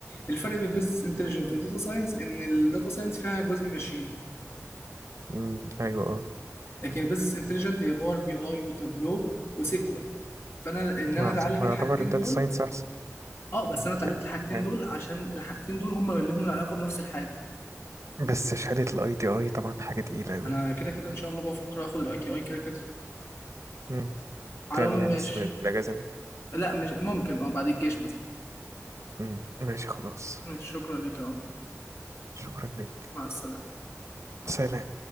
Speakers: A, on the left; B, on the right.
A: الفرق بين بزنس انتليجنت وداتا ساينس ان الداتا ساينس فيها جزء ماشين
B: امم ايوه اه
A: لكن البزنس انتليجنت هي باور بي اي وتابلو وسيكوال فانا ان انا
B: يعت-
A: اتعلم
B: هو
A: الحاجتين
B: يعتبر الداتا
A: دول
B: ساينس احسن
A: اه بس انا اتعلمت
B: ك-
A: الحاجتين
B: ك-
A: دول عشان الحاجتين دول هم اللي هم لهم علاقه بنفس الحاجه
B: بس شهادة الاي تي اي طبعا حاجة تقيلة اوي
A: انا كده كده ان شاء الله بفكر اخد الاي تي اي كده كده
B: امم
A: على
B: تاني
A: العموم
B: يعني
A: ماشي
B: السنة دي الاجازة دي
A: لا مش ممكن اه بعد الجيش مثلا
B: امم ماشي خلاص
A: ماشي، شكرا لك آه.
B: شكرا ليك
A: مع السلامه
B: سلام